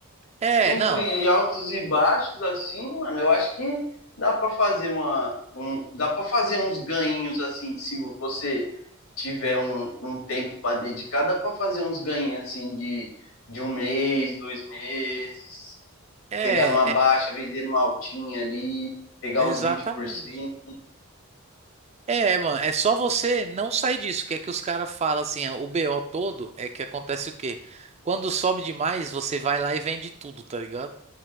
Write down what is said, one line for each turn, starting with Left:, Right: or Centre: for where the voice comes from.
Right: É,
Left: Entre
Right: não.
Left: altos e baixos, assim, mano, eu acho que dá para fazer uma, um, dá para fazer uns ganhinhos assim, se você tiver um, um tempo para dedicar, dá para fazer uns ganhinhos assim de, de um mês, dois meses.
Right: É,
Left: pegar numa baixa,
Right: é,
Left: vender numa altinha ali, pegar
Right: exatamente.
Left: uns 20%.
Right: É, mano, é só você não sair disso. Que é que os caras falam assim, ó, o BO todo é que acontece o quê? Quando sobe demais, você vai lá e vende tudo, tá ligado?